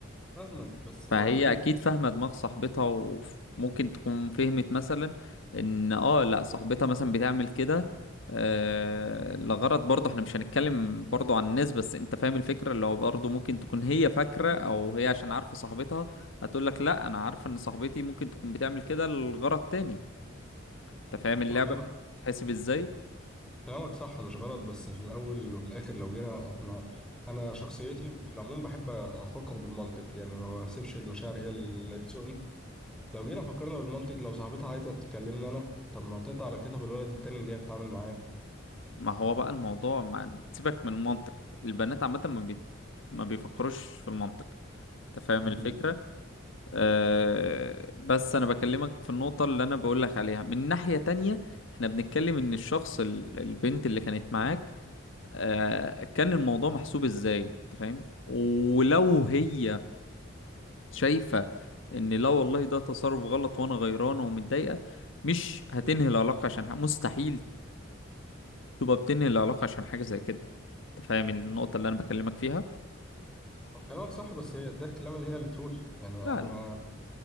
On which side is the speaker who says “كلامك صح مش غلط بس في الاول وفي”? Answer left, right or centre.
Centre